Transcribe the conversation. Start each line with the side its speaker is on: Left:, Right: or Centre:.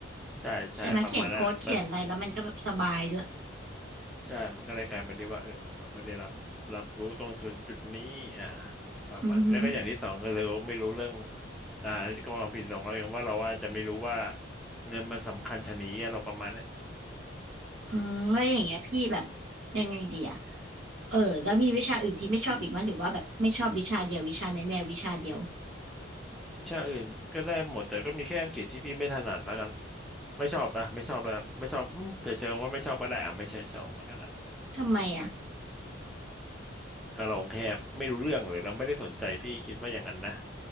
Centre: ใช่ใช่ประมาณนั้นแหละแบบ
Right: ใช่ไหมเขียนโค้ดเขียนอะไรแล้วมันก็แบบสบายด้วย
Centre: ใช่มันก็เลยกลายเป็นที่ว่าเออมันเราไม่ได้รับรับรู้ตรงจุดจุดนี้อ่าประมาณแล้วก็อย่างที่สองก็เลยเราไม่รู้เรื่อง
Right: อือฮึ
Centre: อ่าอันนี้ก็ความผิดของเราเองว่าเราว่าจจะไม่รู้ว่าเงินมันสำคัญชะนี้อะเราประมาณน้
Right: อืมแล้วอย่างเงี้ยพี่แบบยังไงดีอะเออแล้วมีวิชาอื่นที่ไม่ชอบอีกไหมยหรือว่าแบบไม่ชอบวิชาเดียววิชาแน่ๆวิชาเดียว
Centre: วิชาอื่นก็ได้หมดแต่ก็มีแค่อังกฤษที่พี่ไม่ถนัดแล้วกันไม่ชอบอ่ะไม่ชอบแล้วกันไม่ชอบอืมจะเชิงว่าไม่ชอบก็ได้อ่ะไม่ใช่ชอบมันก็ได้
Right: ทำไมอะ
Centre: ก็เราแค่ไม่รู้เรื่องเลยเราไม่ได้สนใจพี่คิดว่าอย่างนั้นนะ